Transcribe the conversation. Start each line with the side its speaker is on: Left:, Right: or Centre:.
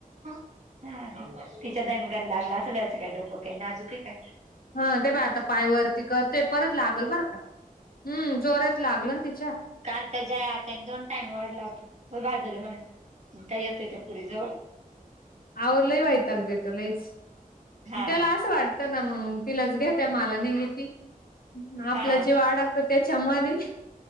Right: <unintelligible> हहं तिच्या दणगण लागला अस त्याचं काय डोकं काय नाजूक आहे का.
Left: हा ते ब आता पाय वरती करतोय परत लागल बरं का हम्म जोरत लागल ति
Right: काल तर जया आत्यांनी दोन टाईम वाढला होता. व्हय भात तिला म्हण मं काय येतोय त्या पुरी जवळ
Left: आओ लय वैताग देतो लईच
Right: हा
Left: मं त्याला असं वाटतं ना मंग तीलांच घेत्या माला नाय घेती आपला
Right: हा.
Left: जजीव आडाकतो त्याच्या मध्ये